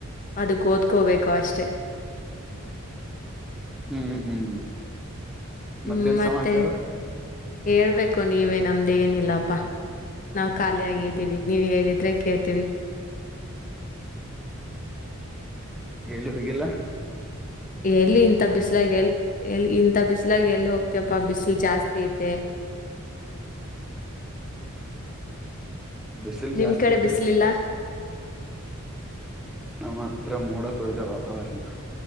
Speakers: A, on the left; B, in the centre.
A: ಅದಕ್ಕ ಓದ್ಕೋಬೇಕು ಅಷ್ಟೆ
B: ಹ್ಮ್ ಹ್ಮ್
A: ಹ್ಮ
B: ಮತ್ತೇನ್
A: ಮತ್ತೆ
B: ಸಮಾಚಾರ
A: ಹೇಳ್ಬೇಕು ನೀವೇ ನಮ್ದು ಏನಿಲ್ಲಪ್ಪಾ ನಾವವು ಖಾಲಿಿಯಗ್ದೀವಿ ನೀವ ಹೇಳಿದ್ರೆ ಕೇಳ್ತೀವಿ
B: ಎಲ್ಲಿ ಹಗಿಲ್ಲ
A: ಎಲ್ಲಿ ಇಂಥ ಬಿಸಲಾಗ ಎಲ್ಲಿ ಎ ಇಂಥ ಬಿಸ್ಲಾಗ ಎಲ್ಲಿ ಹೋಗ್ತಪ್ಪ ಬಿಸಲು ಜಾಸ್ತಿ ತತೆ
B: ಬಿಸಿಲ್
A: ನಿಮ್
B: ಜಾಸ್ತಿ
A: ಕಡೆ
B: ಇದ್ರ
A: ಬಿಸಲಿಲ್ಲ
B: ನಮ್ಮ ಹತ್ರ ಮೋಡ ಕವಿದ ವಾತಾವರಣ